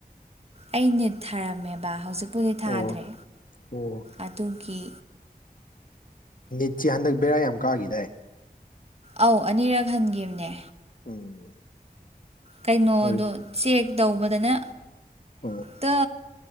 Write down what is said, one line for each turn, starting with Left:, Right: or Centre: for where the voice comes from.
Right: ꯑꯩ ꯅꯤꯠ ꯊꯥꯔꯝꯃꯦꯕ ꯍꯧꯖꯤꯛꯄꯨꯗꯤ ꯊꯥꯗ꯭ꯔꯦ
Left: ꯑꯣ ꯑꯣ
Right: ꯑꯗꯨꯒꯤ
Left: ꯅꯤꯠꯁꯤ ꯍꯟꯗꯛ ꯕꯦꯔꯥ ꯌꯥꯝ ꯀꯥꯈꯤꯗꯏ
Right: ꯑꯧ ꯑꯅꯤꯔꯛ ꯍꯟꯈꯤꯕꯅꯦ
Left: ꯎꯝ
Right: ꯀꯩꯅꯣꯗꯣ
Left: ꯍꯣꯏ
Right: ꯆꯦꯛ ꯇꯧꯕꯗꯅ
Left: ꯑꯣ
Right: ꯇꯥ